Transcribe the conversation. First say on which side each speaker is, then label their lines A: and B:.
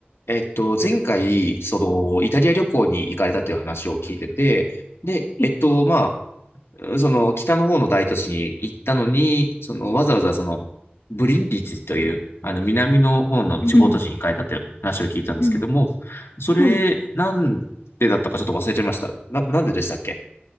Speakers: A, on the left; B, on the left.
A: えっと、前回、その、イタリア旅行に行かれたという話を聞いてて、で、えっと、
B: はい
A: まあ、その、北の方の大都市に行ったのに、その、わざわざその、ブリンディツという、あの、南の方の地方都市に行かれたという話を聞いたんですけども、
B: <laughs> うん
A: それ、
B: はい。
A: なんでだったかちょっと忘れちゃいました。な、なんででしたっけ